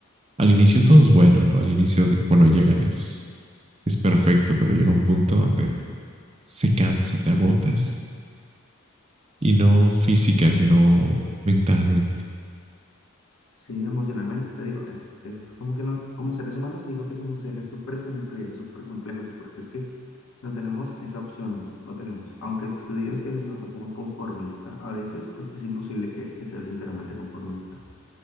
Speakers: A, on the right; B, on the left.
A: Al inicio todo es bueno, ¿no? Al inicio de- cuando llegan es, es perfecto, pero llega un punto donde se cansa, te agotas y no física, sino mentalmente.
B: Sí, emocionalmente, te digo, es, es como que no, como seres humanos digo que somos seres súper complejos, súper complejos, porque es que no tenemos esa opción, no tenemos. Aunque tú digas que eres una persona conformista, a veces pues es imposible que, que seas enteramente conformista.